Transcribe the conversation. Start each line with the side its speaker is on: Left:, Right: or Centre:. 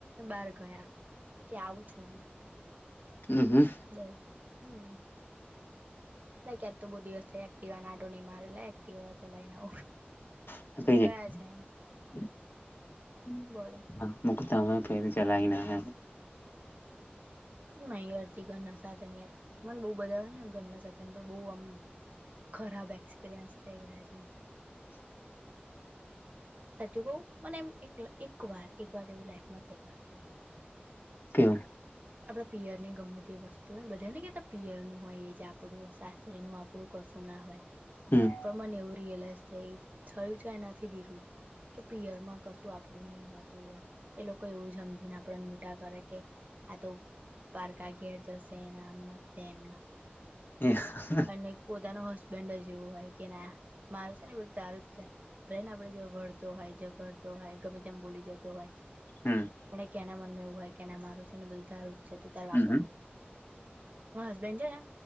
Right: બાર ગયા કે આવું છું હું
Left: હમ હમ
Right: દઈ હમ ના ક્યાં તો બહુ દિવસ થાય એક્ટિવ નાટો નહીં મારેલા એક્ટિવ હો ચલાયને આવું
Left: <inaudible>
Right: એ ગયા છે બોલો
Left: મુક તમે ફેર ચલાવીના હ
Right: શું ના યારથી ઘરના સાધન યાર મને બહુ બધા આવે ને ઘરના સાધન બહુ આમ ખરાબ એક્સપિરિયન્સ થઈ ગયા છે એમ સાચું કહું મને એમ એક એક વાર એક વાર એવું લાઈફમાં થઈ ગયું હતું.
Left: કેમ
Right: આપણા પિયર ની ગમે તે વસ્તુ હોય બધાને કતા પિયરું હો એ જ આપડું સાસરી નું આપું એવું કશું ના હોય
Left: હમ
Right: પણ મને એવું રિયલાઈઝ થયું થાય છે એનાથી વિરુદ્ધ કે પિયર માં કશું આપણું નહી હોતું યાર એ લોકો એવું સમજીને આપણને મોટા કરે કે આ તો પારકા ઘેર જશે એન આમને તેમ
Left: <inaudible>
Right: અને પોતાનો હસબન્ડ જ એવું હોય કે ના મારું છે ને બધું તારું જ છે. ભલે આપડે જો વળતો હોય ઝઘડતો હોય ગમે તેમ બોલી જતો હોય
Left: હમ
Right: પણ એ કેનાં મનમાં એવું હોય કેના મારું છે ને બધું તારું જ છે તું તાર વાપર
Left: હમ
Right: હસબેન્ડ છે ને